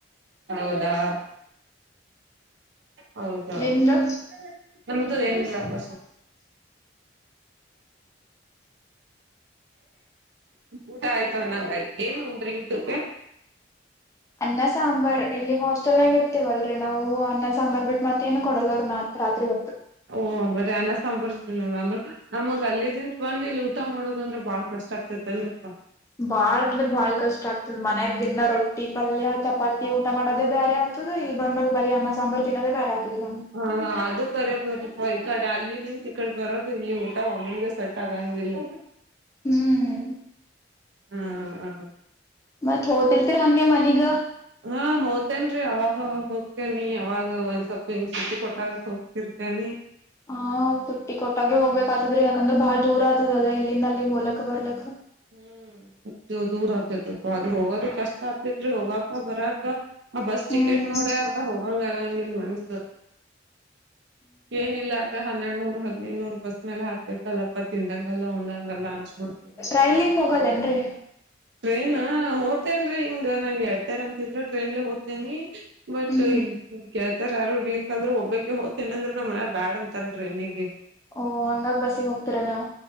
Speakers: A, on the right (about 70°); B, on the left (about 15°).
A: ಹೌದಾ ಹೌದೌದು
B: ನಿಮ್ದು
A: ನಮ್ದು ಏನಿಲ್ಲಸ ಊಟ ಆಯ್ತು ಅನ್ನಂಗಯ್ತು ಏನ್ ಉಂಡ್ರಿ ಊಟಕ್ಕೆ
B: ಅನ್ನ ಸಾಂಬಾರ್ ಇಲ್ಲಿ ಹಾಸ್ಟೆಲ್ ಆಗಿ ಇರ್ತೀವಲ್ರರಿ ನಾವು ಅನ್ನ ಸಾಂಬಾರ್ ಬಿಟ್ಟ ಮತ್ ಏನು ಕೊಡಲ್ಲ ಅವ ನ ರಾತ್ರಿ ಹೊತ್ತು
A: ಓ ಬರೀ ಅನ ಸಾಂಬಾರಿನದ ಅಂದ್ರರು ನಮಗ್ ಅಲ್ಲಿದಂತ ಬಂದ ಇಲ್ಲಿ ಊಟ ಮಾಡೋುದಂದ್ರೆ ಬಾಳ ಕಷ್ಟ ಆಗ್ತಿತಿ ತಲ್ರಿಪ್ಪ
B: ಬಾಳ ಅಂದ್ರೆ ಬಾಳ್ ಕಷ್ಟ ಆಗ್ತದ ಮನ್ಯಾಗ ದಿಿನ ರೊಟ್ಟಿ ಪಲ್ಯ ಚಪಾತಿ ಊಟ ಮಾಡೋದೇ ಬೇರೆ ಆತದ ಇಲ್ ಬಂದ ಮೇಲ್ ಬರಿ ಅನ್ನ ಸಾಂಬಾರ ತಿನ್ನದೇರೆ ಆಗ್ತದಿಲ್ಲ
A: ಹಾ ಅದು ಬರ ಬರಪ ಈ ಕಡೆ ಅಲ್ಲಿ ದಿವಸ ಈ ಕಡೆ ಬರೋದು ಇಲ್ಲಿ ಊಟ ಒಮ್ಮಿನ್ಗೆ ಸಟ್ ತರಂಗಿಲ್ಲ
B: ಹ್ಮ್
A: ಹಾ
B: ಮತ್ ಹೋರ್ತಿರ ಹಂಗೆ ಮನಿಗ
A: ಹಾ ಹೋತೇನ್ರೀ ಅವಾಗ ಅವಾಗ ಹೋಗ್ತೇನಿ ಅವಾಗ ಒಂದ್ ಸ್ವಲ್ಪ ಹಂಗ ಸ ಸಿತಿ ಕೊಟ್ಟಾಗತ್ ಹೋಗ್ತರಿ ಆಮಿ <inaudible>
B: ಹಾ ತುಟ್ಟಿ ಕೊಟ್ಟಾಗೆ ಹೋಗ್ಬೇಕ ಆತದ್ರಿ ಯಾಕಂದ್ರೆ ಬಾಳ ದೂರ ಆತದಲ್ಲ ಇಲ್ಲಿಂದ ಅಲ್ಲಿ ಹೋಲಕ್ ಬರ್ಲಕ್
A: ಹ್ಮ್ ದೂರ ಆಗ್ತೇತ್ಪ್ಪ ಅದು ಹೋಗೋದು ಕಷ್ಟ ಆಗ್ತತ್ರಿ ಹೋಗಾಕ ಬರಾಕ ಆ ಬಸ್
B: ಹ್ಮ್
A: ಟಿಕೆಟ್ ನೋಡ್ಯ ಅರ್ಧ ಹೋಗಂಗ ಆಗಂಗ ಇಲ್ ಮನ್ಸು ಏನಿಲ್ಲ ಅಂದ್ರೆ ಹನ್ನೆರಡುನೂರ್ ಹದಿನೈದುನೂರ್ ಬಸ್ ಮೇಲೆ ಹಾಕ್ಬೇಕಲ್ಲಪ್ಪ ತಿಂದಂಗ ಹಲ್ಲ ಉಡಂಗಲ್ಲ ಹಂಚ್ಬಿಡ್ತವಿ
B: ಕೈಲಿಕ್ ಹೋಗಲ್ಲೇನ್ರರಿ
A: ಟ್ರೇನ್ ಹೋಗ್ತೇನ್ರರಿ ಹಿಂಗ ನಂಗ್ಗೆಳ್ತೇರಂತಿದ್ರ ಟ್ರೇನ್ಲೆೇ ಹೋಗ್ತೇನಿ ಬಟ್ಟ
B: ಹ್ಮ್ ಹ್ಮ್
A: ಈ ಗೆೇಳ್ತಾರ ಯಾರುರ್ಲಿಕ್ಂದ್ರೆ ಒಬ್ಬಕ ಹೋತೇನ ಅಂದ್ರ ನ್ ಮನ ಬ್ಯಾಡ್ ಅಂತಾರ ಟ್ರೈನಿಗೆ
B: ಓಹ್ ಹಂಗಾಗಿ ಬಸ್ಸಿಗೆ ಹೋಗ್ತಿರ ನ